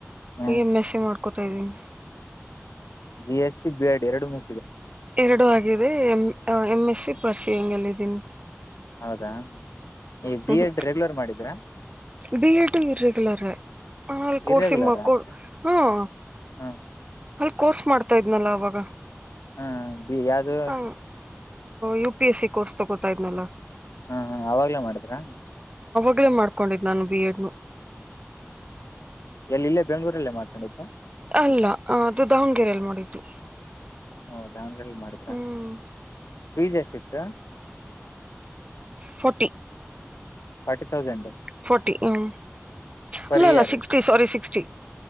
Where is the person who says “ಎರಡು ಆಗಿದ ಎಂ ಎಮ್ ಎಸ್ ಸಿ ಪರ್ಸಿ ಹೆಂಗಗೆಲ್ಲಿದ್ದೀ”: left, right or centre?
Right